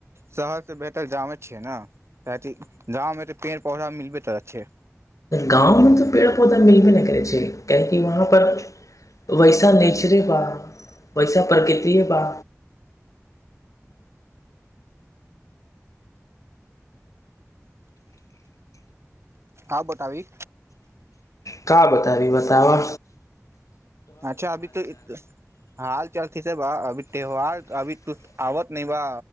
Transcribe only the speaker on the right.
शहर से बैठल गवमे छै ना क गाँव मे ते पेड़ पौधा मिल बे तऽ छै
आब बताबी
अच्छा अभी तऽ हाल चलथ स अभी त्यौहार अभी ुछ आबत नहि बा